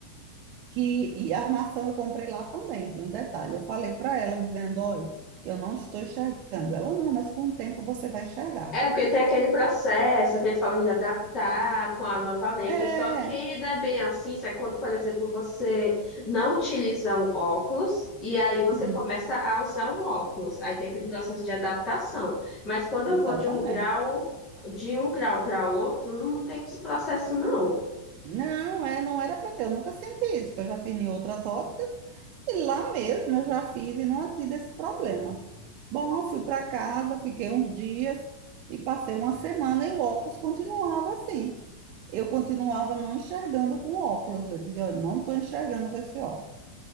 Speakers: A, on the right (about 40°); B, on the left (about 35°).
A: que e a armação eu comprei lá também. E um detalhe, eu falei para ela dizendo, olha, eu não estou enxergando. Ela não, mas com o tempo você vai enxergar.
B: É, porque tem aquele processo que eles falam de adaptar com a nova lente,
A: É,
B: só que não é bem assim, isso é quando, por exemplo, você não utiliza um óculos e aí você
A: hum,
B: começa a usar um óculos, aí tem aquele processo de adaptação. Mas quando
A: exatamente.
B: eu vou de um grau, de um grau para outro, não tem esse processo, não.
A: Não, é, não era para ter. Eu nunca senti isso, que eu já fiz em outras óticas e lá mesmo eu já fiz e não tive esse problema. Bom, fui para casa, fiquei uns dias e passei uma semana e o óculos continuava assim. Eu continuava não enxergando com o óculos. Eu dizia, olha, não estou enxergando com esse óculos.